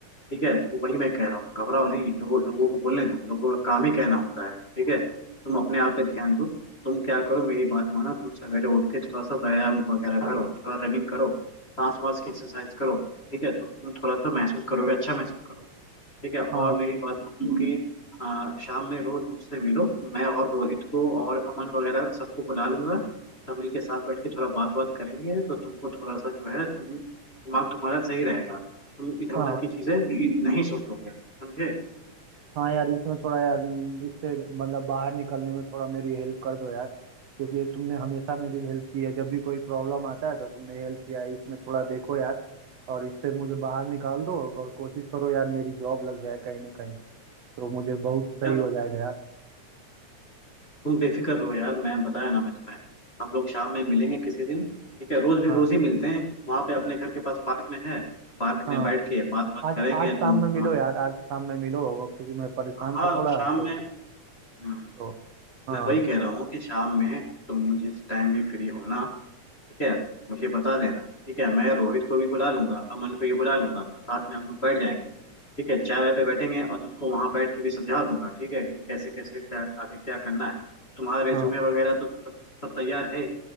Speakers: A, on the left; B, on the right.
A: ठीक है तो वही मैं कह रहा हूँ घबराओ नहीं लोगों लोगों को बोलने दो लोगों का काम ही कहना होता है ठीक है तुम अपने आप पे ध्यान दो तुम क्या करो मेरी बात मानो तुम सवेरे उठ के थोड़ा सा व्यायाम वगैरह करो थोड़ा रनिंग करो सांस वास की एक्सरसाइज करो ठीक है तो तुम थोड़ा सा महसूस करोगे अच्छा महसूस करोगे ठीक है और
B: हाँ
A: मेरी बात मानो कि हाँ शाम में रोज मुझसे मिलो मैं और रोहित को और अमन वगैरह सबको बुला लूंगा सब मिल के साथ बैठ के थोड़ा बात बात करेंगे तो तुमको थोड़ा सा जो है तुम दिमाग तुम्हारा सही रहेगा तुम इधर उधर
B: हाँ
A: की चीजें नहीं सोचोगे समझे
B: हाँ यार इसमें थोड़ा यार म, इससे मतलब बाहर निकलने में थोड़ा मेरी हेल्प कर दो यार क्योंकि तुमने हमेशा मेरी हेल्प की है जब भी कोई प्रॉब्लम आता है तो तुमने हेल्प किया है इसमें थोड़ा देखो यार और इससे मुझे बाहर निकाल दो और कोशिश करो यार मेरी जॉब लग जाए कहीं ना कहीं तो मुझे बहुत सही
A: यार,
B: हो जाएगा यार
A: तुम बेफिक्र रहो यार मैं बताया ना मैं तुम्हें हम लोग शाम में मिलेंगे किसी दिन ठीक है रोज भी
B: हाँ
A: रोज ही मिलते हैं वहां पे अपने घर के पास पार्क में है पार्क
B: हाँ
A: में बैठ के बात बात
B: आज
A: करेंगे
B: आज शाम
A: तुम
B: में मिलो
A: हाँ
B: यार आज शाम में मिलो और क्योंकि मैं परेशान
A: हाँ,
B: था थोड़ा
A: शाम
B: तो
A: में हम्म,
B: तो हाँ
A: मैं वही कह रहा हूँ कि शाम में तुम जिस टाइम भी फ्री हो ना ठीक है मुझे बता देना ठीक है मैं रोहित को भी बुला लूंगा अमन को भी बुला लूंगा तो साथ में हम लोग बैठ जाएंगे ठीक है चाय वाय पे बैठेंगे और तुमको वहां बैठ के भी समझा दूंगा ठीक है कि कैसे कैसे क्या आगे क्या करना है तुम्हारा रिज्यूमे
B: हाँ
A: वगैरह तो सब सब तैयार है ही